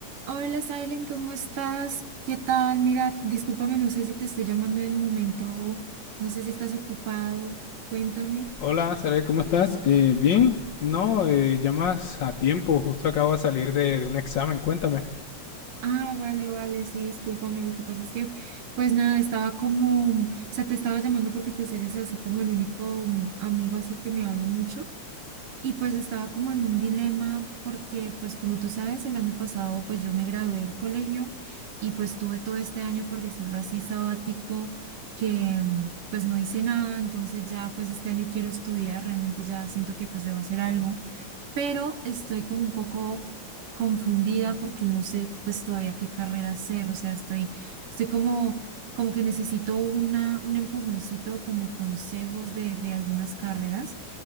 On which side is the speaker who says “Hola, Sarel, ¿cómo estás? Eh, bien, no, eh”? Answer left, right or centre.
Left